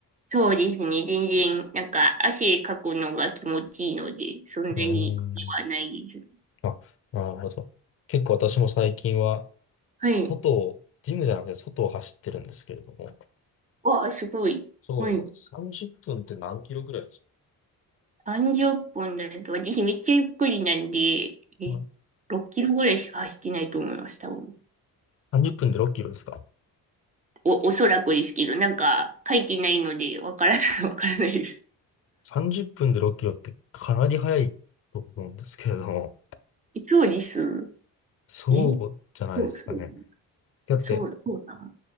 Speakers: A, on the right (about 20°); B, on the left (about 35°).
A: そうですね。全然、なんか、汗かくのが気持ちいいので、そんなに苦ではないです。
B: ーん。あ、なるほど。結構私も最近は、
A: はい。
B: 外を、ジムじゃなくて外を走ってるんですけれども。
A: わあ、すごい。
B: そうですね。
A: はい。
B: 30分っぷんって何キロぐらい
A: 30分だと、私めっちゃゆっくりなんで、え、
B: はい
A: 6キロぐらいしか走ってないと思います、多分。
B: 30分で6キロですか
A: お、おそらくですけど、なんか、書いてないので、わからない、<laughs> わからないです。
B: ?30 分で6キロってかなり早いと思うんですけれども、
A: そうです。
B: そうじゃないですかね。
A: えそう、そう、
B: だって
A: そう、そうなの。